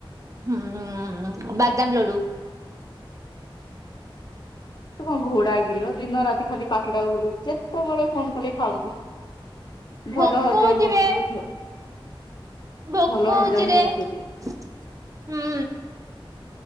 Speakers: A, on the right (about 35°); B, on the left (about 50°).
A: ହୁଁ ବାଦାମ ଲଡୁ।
B: ତୁ କଣ ଘୋଡା କିଲୋ ଦିନ ରାତି ଖାଲି ପାଟିଟାକୁ ବୁଲ ଉଚୁ ଯେ ତ ବେଳେ ଫୋନ କଲେ ଖାଉଛୁ
A: ଭୋକ
B: ଭଲ ହଜମ
A: ହଉଛି
B: କରୁଚୁ
A: ବେ
B: ଲୋ ଝିଅ।
A: ଭୋକ
B: ଭଲ ହଜମ
A: ହୋଉଛି ରେ
B: କରୁଛୁ ତୁ
A: ହୁଁ।